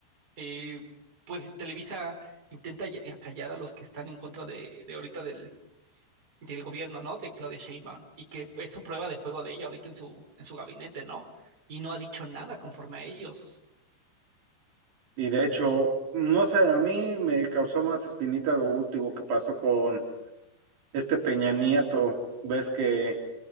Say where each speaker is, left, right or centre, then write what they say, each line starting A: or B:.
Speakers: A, on the right; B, on the right.
A: eh, pues Televisa intenta ya- eh, callar a los que están en contra de, de ahorita del, del gobierno, ¿no? De Claudia Sheinbaum, y que es su prueba de fuego de ella ahorita en su, en su gabinete, ¿no? Y no ha dicho nada conforme a ellos.
B: Y de hecho, no sé, a mí me causó más espinita lo último que pasó con este Peña Nieto. Ves que